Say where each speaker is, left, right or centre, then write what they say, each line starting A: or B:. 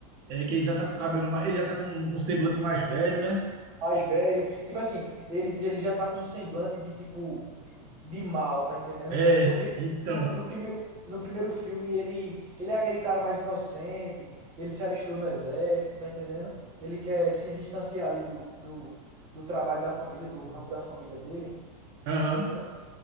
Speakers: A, on the right; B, on the right.
A: É que ele já tá com o cabelo mais. Ele já tá com um um semblante mais velho, né?
B: mais velho. Tipo assim, ele, ele já tá com um semblante de tipo de, de mal, tá entendendo?
A: É,
B: No, pri-
A: então.
B: no, no primeiro no primeiro filme ele ele é aquele cara mais inocente, ele se alistou no exército, tá entendendo? Ele quer se distanciar ali do, do, do trabalho da família, do ramo da família dele,
A: Aham.
B: tá entendendo?